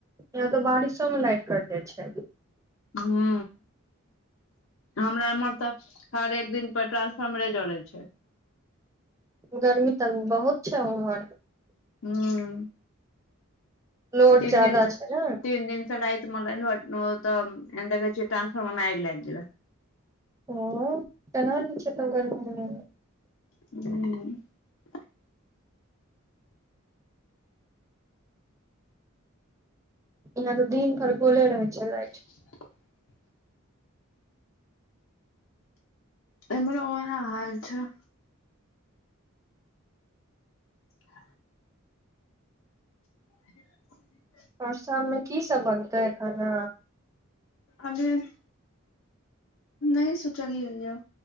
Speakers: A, on the right; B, on the left.
A: यहाँ तऽ बारिशोमे लाइट कट जाइ छै
B: ह्म हमरा एमहर तऽ हरेक दिनपर ट्रांसफारर्मरे जड़ै छै
A: गर्मी तऽ बहुत छै उमहर
B: हँ
A: लोड
B: तीन
A: ज्यादा
B: दिन च
A: छै ने
B: तीन दिन च लत ऽ म तऽ एन्द कह टरान्सफॉर्मर मे आगि लग गेलय
A: ओ केना जे छै तब गर्मी मे
B: हू
A: यहाँ तऽ दिन भरि गुले रहै छै लाइट
B: <inaudible> एमहरो वएह हाल छै आ <inaudible>
A: परसामे कीसभ बनतै खाना
B: अभर नहि सोचलियैया